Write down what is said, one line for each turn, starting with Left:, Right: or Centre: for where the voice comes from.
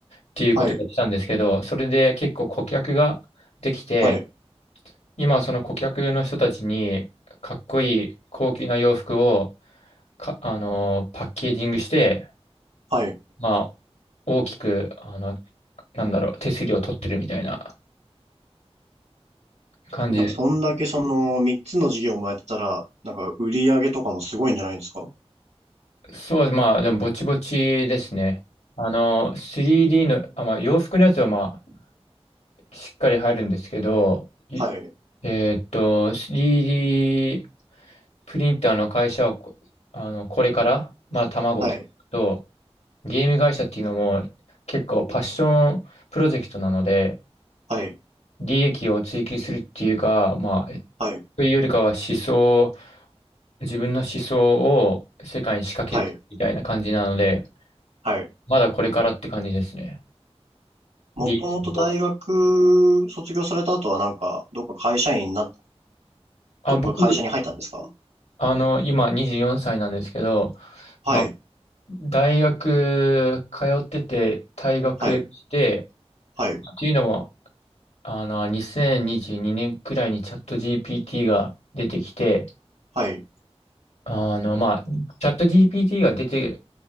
Left: っていうことをやってたんですけど、
Right: はい、
Left: それで結構顧客ができて、
Right: はい、
Left: 今はその顧客の人たちにかっこいい高級な洋服をか、あのーパッケージングして、
Right: はい、
Left: まあ、大きく、あの、なんだろう、手すりを取ってるみたいな感じで。
Right: なんか、そんだけその3つの事業もやってたら、なんか、売り上げとかもすごいんじゃないんですか
Left: そうです、まあ、でもぼちぼちですね。あの、3D の、あ、まあ、洋服のやつはまあ、しっかり入るんですけど、い
Right: はい、
Left: えーっと、3D プリンターの会社をこ、あの、これから、まあ、卵と、
Right: はい、
Left: ゲーム会社っていうのも結構パッションプロジェクトなので、
Right: はい、
Left: 利益を追求するっていうか、まあ、
Right: はい、
Left: というよりかは思想、自分の思想を世界に仕掛けるみたいな感じなので、
Right: はい、はい。
Left: まだこれからって感じですね。
Right: もともと大学卒業された後はなんか、
Left: 利益を。
Right: どっか会社員にな、
Left: あ、
Right: どっか会社に入ったんですか
Left: 僕、あの、今24歳なんですけど、
Right: はい、
Left: まあ大学通ってて退学して、
Right: はい、はい、
Left: っていうのも、あの、2022年くらいにチャット GPT が出てきて、
Right: はい、
Left: あの、まあ、チャット GPT が出て